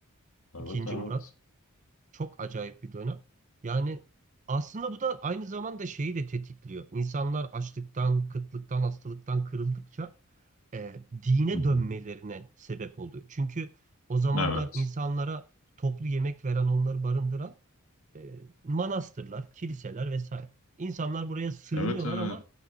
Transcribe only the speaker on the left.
Evet
evet.
Hı hı.
Evet.
Evet evet.